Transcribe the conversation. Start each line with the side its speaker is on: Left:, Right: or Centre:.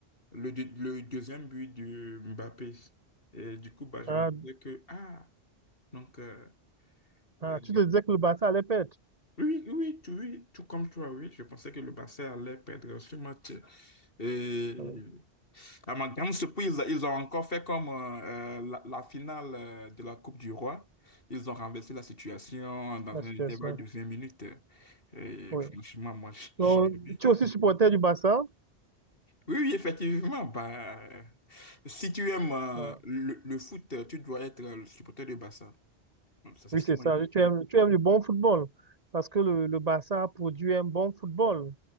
Left: le, deux- le deuxième but de Mbappé. Et du coup, bah, je
Right: Ah,
Left: me disais que, ah, Donc, euh,
Right: ah,
Left: euh,
Right: tu te disais que le Barça allait perdre?
Left: oui, oui, tu- oui, tout comme toi, oui, je pensais que le Barça allait perdre ce match. Et
Right: Ah oui,
Left: à ma grande surprise, ils ont encore fait comme euh, euh, la, la finale euh, de la Coupe du Roi. Ils ont renversé la situation dans
Right: la
Left: un
Right: situation.
Left: intervalle de 20 minutes. Et
Right: Oui.
Left: franchement, moi, j- j'ai
Right: Donc,
Left: aimé.
Right: tu es aussi supporter du Barça?
Left: Oui, oui, effectivement, bah, euh, si tu aimes euh,
Right: Ah,
Left: le, le foot, tu dois être le supporter du Barça. Ça, c'est
Right: oui,
Left: ce
Right: c'est
Left: que moi,
Right: ça.
Left: je pense.
Right: Tu
Left: hein.
Right: aimes, tu aimes le bon football parce que le, le Barça produit un bon football,